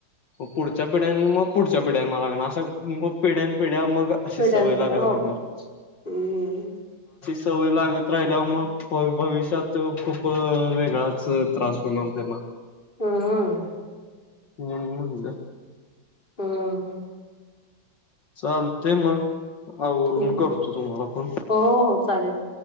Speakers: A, on the left (about 65°); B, on the left (about 25°).
A: पुढच्या पिढ्या्यां मग पुढच्या पिढ्या्यां मग लागणार असं मु पिढ्या पिढ्या म अ सवय
B: पिढ्यान पिढ्या
A: लाग
B: मोबाईल
A: राहणार.
B: हम्म
A: सवय लागत राहिल्यावर मग भविष्यात खूप वेगळाच त्रास होणार त्यांना.
B: हम.
A: मन म्हणलं.
B: हम्.
A: चालते मग. आवरून
B: ठीक
A: करतो तुम्हाला फोन
B: हो हो चालेल